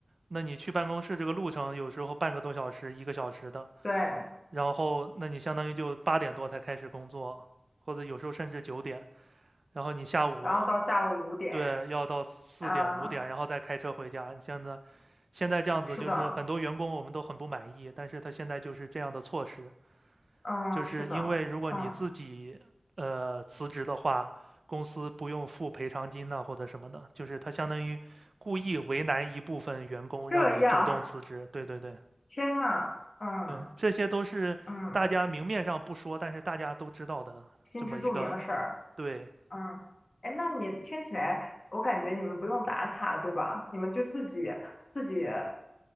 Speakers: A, on the right; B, on the left.
A: 那你去办公室这个路程有时候半个多小时、一个小时的，
B: 对，
A: 然后那你相当于就八点多才开始工作，或者有时候甚至九点，然后你下午
B: 然后到下午五点，
A: 对要到四点五点，
B: 啊，
A: 然后再开车回家。你现在现在这样子，
B: 是的，
A: 就是很多员工我们都很不满意，但是他现在就是这样的措施，
B: 嗯，
A: 就是因为如果你自己呃辞职的话，
B: 是的，嗯，
A: 公司不用付赔偿金呐、或者什么的，就是他相当于故意为难一部分员工，
B: 这样，
A: 让你主动辞职。对对对
B: <laughs> 天呐，嗯
A: 对，这些都是大家明面上不说，
B: 嗯，
A: 但是大家都知道的这么一个
B: 心知肚明的事儿，
A: 对。
B: 嗯，哎，那你听起来，我感觉你们不用打卡，对吧？你们就自己自己